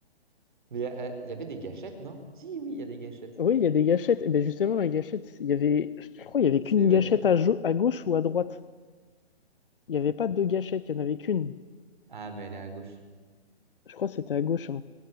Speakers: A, on the right; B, on the left.
A: Mais euh, il y avait des gâchettes, non? Si, oui, il y a des gâchettes.
B: Oui, il y a des gâchettes. Et ben justement, la gâchette, il y avait... Je crois qu'il y avait
A: C'est
B: qu'une gâchette
A: ouais.
B: à, jau- à gauche ou à droite. Il n'y avait pas deux gâchettes, il n'y en avait qu'une.
A: Ah, mais elle est à gauche.
B: Je crois que c'était à gauche. hein.